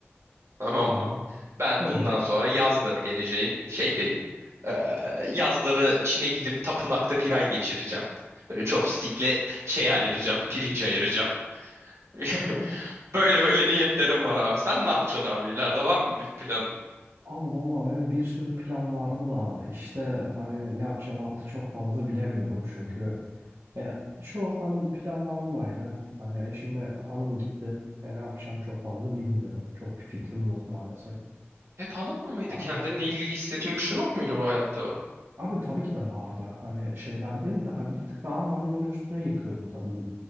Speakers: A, on the right; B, on the right.
A: Tamam
B: aha
A: mı? Ben
B: evet.
A: bundan sonra yazları geleceğin şeydeyim. Ee, yazları Çin'e gidip tapınakta bir ay geçireceğim. Böyle chopstick'le şey ayıracağım, pirinç ayıracağım. <laughs>
B: <laughs>
A: Böyle böyle niyetlerim var abi. Sen ne yapacaksın abi? İleride var mı bir planın?
B: Ama vallahi benim bir sürü plan vardı da işte hani ne yapacağım artık çok fazla bilemiyorum çünkü e, çoğu han, plan hanımlaydı. ha. Hani e, şimdi hanım gitti. E, ne yapacağım çok fazla bilmiyorum. Çok bir fikrim yok maalesef.
A: Hep hanım mı mıydı?
B: Ama
A: Kendinle ilgili istediğin bir şey yok muydu bu hayatta?
B: abi tabii ki de vardı. Hani şeyler değil de hani bir tık daha hanımın üstüne yıkıyordum tabii m-